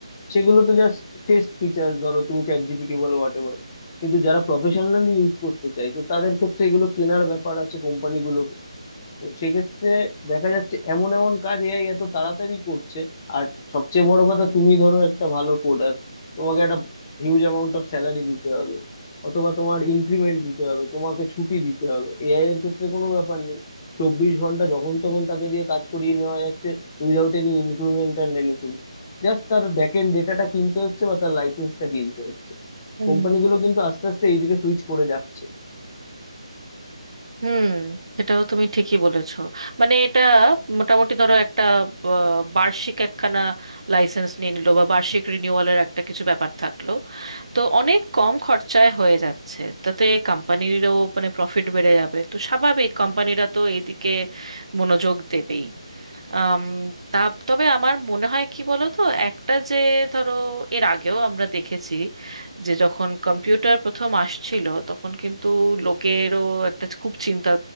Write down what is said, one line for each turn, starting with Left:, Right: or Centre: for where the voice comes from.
Left: সেগুলো তো জাস্ট টেস্ট ফিচার ধরো তুমি চ্যাট জিপিটি বলো হোয়াট এভার কিন্তু যারা প্রফেশনালি ইউজ করতে চাইছে তাদের ক্ষেত্রে এগুলো কেনার ব্যাপার আছে কোম্পানিগুলো তো সেক্ষেত্রে দেখা যাচ্ছে এমন এমন কাজ এআই এত তাড়াতাড়ি করছে আর সবচেয়ে বড় কথা তুমি ধরো একটা ভালো কোডার তোমাকে একটা হিউজ অ্যামাউন্ট অফ স্যালারি দিতে হবে অথবা তোমার ইনক্রিমেন্ট দিতে হবে তোমাকে ছুটি দিতে হবে এআই এর ক্ষেত্রে কোনো ব্যাপার নেই চব্বিশ ঘন্টা যখন তখন তাকে দিয়ে কাজ করিয়ে নেওয়া যাচ্ছে without any increment and anything Just তার ব্যাক এন্ড ডেটাটা কিনতে হচ্ছে বা তার লাইসেন্সটা কিনতে হচ্ছে
Right: হুম
Left: কোম্পানিগুলো কিন্তু আস্তে আস্তে এইদিকে সুইচ করে যাচ্ছে
Right: হুম এটাও তুমি ঠিকই বলেছো মানে এটা মোটামুটি ধরো একটা আহ, বার্ষিক একখানা লাইসেন্স নিয়ে নিলো বা বার্ষিক রিনিউয়ালের একটা কিছু ব্যাপার থাকলো তো অনেক কম খরচায় হয়ে যাচ্ছে তাতে কোম্পানিরও মানে প্রফিট বেড়ে যাবে তো স্বাভাবিক কোম্পানিরা তো এইদিকে মনোযোগ দেবেই আম, তা তবে আমার মনে হয় কি বলো তো একটা যে ধরো এর আগেও আমরা দেখেছি যে যখন কম্পিউটার প্রথম আসছিল তখন কিন্তু লোকেরও একটা খুব চিন্তা